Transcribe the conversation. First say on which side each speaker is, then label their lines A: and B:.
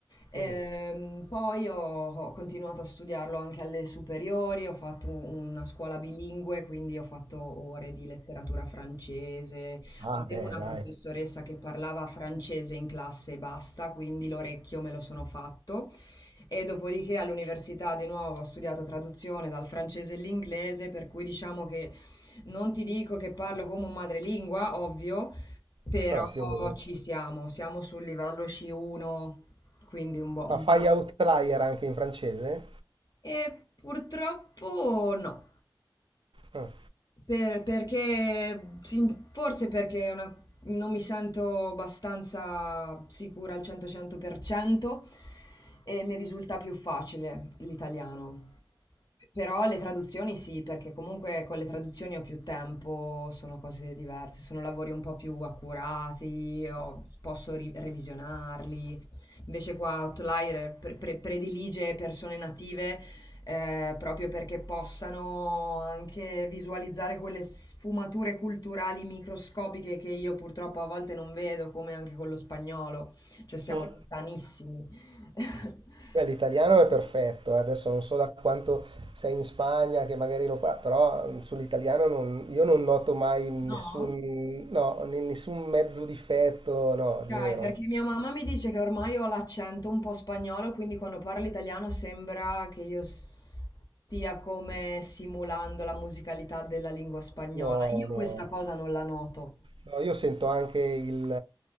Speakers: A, on the left; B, on the right.
A: Ehm,
B: mm.
A: poi ho, ho continuato a studiarlo anche alle superiori, ho fatto una scuola bilingue, quindi ho fatto ore di letteratura francese,
B: Ah,
A: Avevo
B: beh,
A: una
B: dai,
A: professoressa che parlava francese in classe e basta, quindi l'orecchio me lo sono fatto e dopodiché all'università di nuovo ho studiato traduzione dal francese all'inglese, per cui diciamo che non ti dico che parlo come un madrelingua, ovvio, però
B: ma però più o meno.
A: ci siamo, siamo sul livello C1, quindi un buon...
B: Ma
A: un
B: fai
A: buon-
B: outlier anche in francese?
A: E purtroppo no.
B: Ah.
A: Per perché sin forse perché è una non mi sento abbastanza sicura al 100, 100% e mi risulta più facile l'italiano. Però le traduzioni sì, perché comunque con le traduzioni ho più tempo, sono cose diverse, sono lavori un po' più accurati, ho- posso ri- revisionarli. Invece qua Outlier pre- pre- predilige persone native eh, proprio perché possano anche visualizzare quelle sfumature culturali microscopiche che io purtroppo a volte non vedo, come anche con lo spagnolo, cioè siamo
B: Mm.
A: lontanissimi. <laughs>
B: Beh, l'italiano è perfetto, eh, adesso non so da quanto sei in Spagna, che magari lo parli, però mm, sull'italiano non- io non noto mai nessun,
A: No?
B: no, ne- nessun mezzo difetto, no, zero.
A: Ok, perché mia mamma mi dice che ormai ho l'accento un po' spagnolo, quindi quando parlo italiano sembra che io stia come simulando la musicalità della lingua spagnola.
B: No,
A: Io
B: no.
A: questa cosa non la noto.
B: No, io sento anche il,